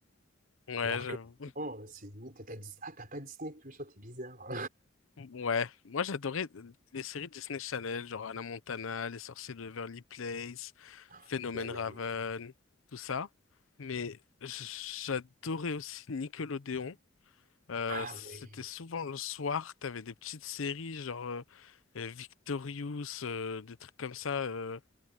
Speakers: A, on the left (about 80°); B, on the right (about 45°).
A: Ouais,
B: Alors
A: j'avoue.
B: que, non, euh, c'est limite, t'as Disney ah, t'as pas Disney+, Plus oh, t'es bizarre.
A: Ouais, moi j'adorais euh, les séries Disney Channel, genre Hannah Montana, Les Sorciers de Beverly Place, Phénomène
B: <laughs> La même.
A: Raven, tout ça. Mais j'adorais aussi Nickelodeon. Euh,
B: Ah
A: c'était
B: oui,
A: souvent le soir, t'avais des petites séries genre euh, euh, Victorious, euh, des trucs comme ça, euh,